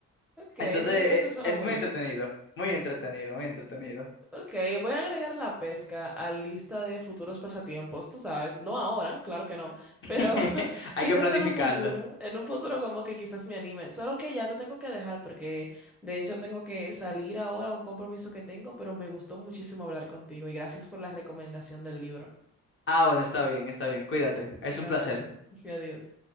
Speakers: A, in the centre; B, on the left.
A: Ok,
B: Entonces,
A: realmente
B: eh,
A: suena
B: es
A: muy
B: muy
A: bien.
B: entretenido, muy entretenido, muy entretenido.
A: Ok, voy a agregar la pesca a lista de futuros pasatiempos, tú sabes, no ahora, claro que no, pero
B: <laughs>
A: <laughs>
B: Hay
A: quizás
B: que planificarlo.
A: en un futuro, en un futuro como que quizás me anime, solo que ya te tengo que dejar porque de hecho tengo que salir ahora a un compromiso que tengo, pero me gustó muchísimo hablar contigo y gracias por la recomendación del libro.
B: Ah, bueno, está bien, está bien. Cuídate. Es
A: Bye,
B: un placer.
A: <laughs> adiós.